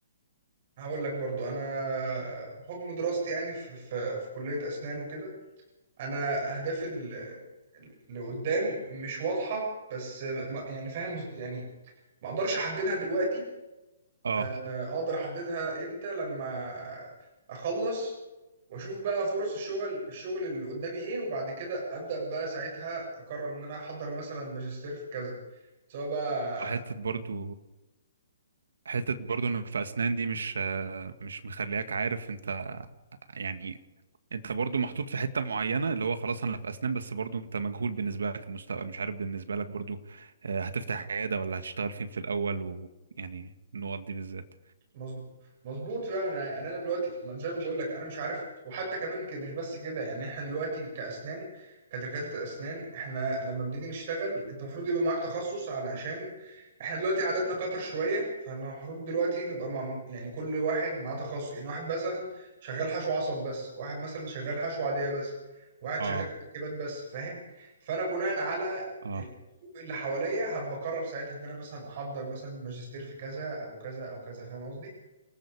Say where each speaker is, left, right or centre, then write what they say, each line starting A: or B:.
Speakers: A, on the right; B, on the right.
A: هقول لك برضو انا بحكم دراستي يعني في في, في كلية اسنان وكده انا اهدافي ال- ال- اللي قدام مش واضحة بس ما- يعني فاهم يعني ما اقدرش احددها دلوقتي
B: اه
A: آه، اقدر احددها امتى لما اخلص واشوف بقى فرص الشغل الشغل اللي قدامي ايه وبعد كده ابدا بقى ساعتها اقرر ان انا احضر مثلا ماجستير في كذا سواء بقى
B: حته
A: في
B: برضو حته برضو انك في اسنان دي مش آه، مش مخلياك عارف انت يعني انت برضو محطوط في حته معينه اللي هو خلاص انا في اسنان بس برضو انت مجهول بالنسبه لك المستقبل مش عارف بالنسبه لك برضو آه، هتفتح عياده ولا هتشتغل فين في الاول ويعني النقط دي بالذات
A: مظ- مظبوط فعلا يعني انا يعني أنا دلوقتي ما أنا زي ما بقول لك انا مش عارف وحتى كمان ك- مش بس كده يعني احنا دلوقتي كاسنان كدكاتره الاسنان احنا لما بنيجي نشتغل انت المفروض يبقى معاك تخصص علشان احنا دلوقتي عددنا كتر شويه فاحنا المفروض دلوقتي نبقى مع يعني كل واحد معاه تخصص يعني واحد مثلا شغال حشو عصب بس واحد مثلا شغال حشو عاديه بس واحد
B: اه
A: شغال تركيبات بس فاهم فانا بناء على
B: اه
A: السوق اللي حواليا هبقرر ساعتها ان انا مثلا احضر مثلا ماجستير في كذا او كذا او كذا فاهم قصدي